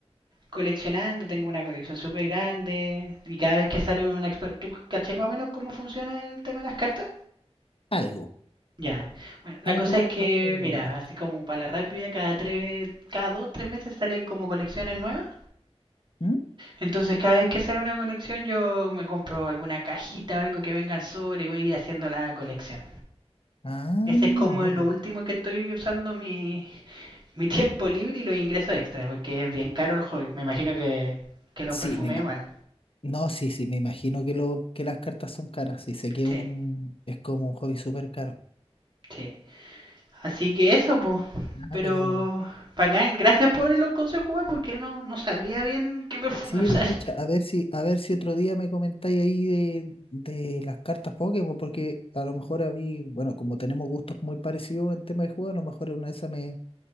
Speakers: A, on the right; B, on the left.
A: coleccionando, tengo una colección súper grande y cada vez que sale una... expa- ¿Tú cachai más o menos cómo funciona el tema de las cartas?
B: algo,
A: Ya. Bueno, la
B: algo,
A: cosa es que,
B: algo.
A: mira, así como para la rápida, cada tres, cada dos, tres meses salen como colecciones nuevas.
B: ¿Mm?
A: Entonces, cada vez que sale una colección, yo me compro alguna cajita o algo que vengan sobre y voy a ir haciendo la colección.
B: Ah,
A: Ese es como
B: mira.
A: lo último que estoy usando mi, <laughs> mi tiempo libre y los ingresos extra, porque es bien caro el hobby. Me imagino que, que los
B: Sí,
A: perfumes
B: me ima-
A: igual.
B: no, sí, sí, me imagino que, lo, que las cartas son caras, y sé que
A: Sí,
B: un, es como un hobby súper caro.
A: sí. Así que eso, pues. Pero,
B: Ah, pero...
A: bacán, gracias por los consejos, weón, porque no, no sabría bien qué perfume
B: Sí,
A: <laughs> usar.
B: pues pucha, a ver si, a ver si otro día me comentáis ahí de, de las cartas Pokémon, porque a lo mejor a mí, bueno, como tenemos gustos muy parecidos en tema de juego, a lo mejor en una de esas me,